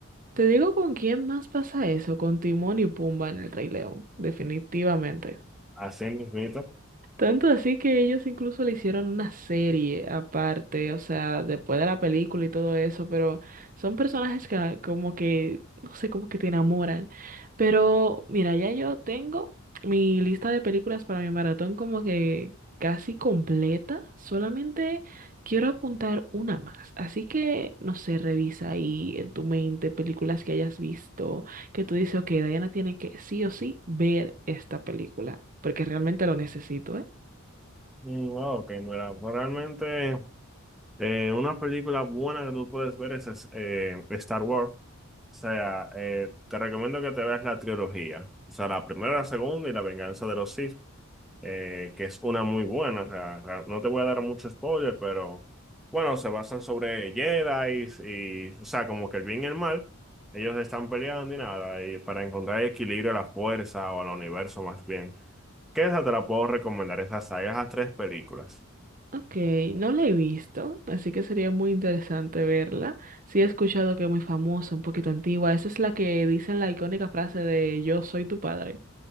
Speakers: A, on the right; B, in the centre.
A: Te digo con quién más pasa eso, con Timón y Pumba en El Rey León, definitivamente.
B: Así mismito.
A: Tanto así que ellos incluso le hicieron una serie aparte, o sea, después de la película y todo eso, pero son personajes que como que, no sé, como que te enamoran. Pero mira, ya yo tengo mi lista de películas para mi maratón como que casi completa, solamente quiero apuntar una más. Así que, no sé, revisa ahí en tu mente películas que hayas visto, que tú dices, ok, Diana tiene que sí o sí ver esta película, porque realmente lo necesito, ¿eh?
B: Mm, wow, ok, mira, pues realmente eh, una película buena que tú puedes ver es, es, eh, Star Wars. O sea, eh, te recomiendo que te veas la trilogía. O sea, la primera, la segunda y la venganza de los Sith. eh, que es una muy buena. o sea, ra- no te voy a dar mucho spoiler, pero bueno, se basan sobre Jedi y, y, o sea, como que el bien y el mal, ellos están peleando y nada, y para encontrar el equilibrio a la fuerza o al universo más bien. ¿Qué esa te la puedo recomendar? Esas sagas, esas tres películas.
A: Ok, no la he visto, así que sería muy interesante verla. Sí he escuchado que es muy famosa, un poquito antigua. Esa es la que dice la icónica frase de Yo soy tu padre.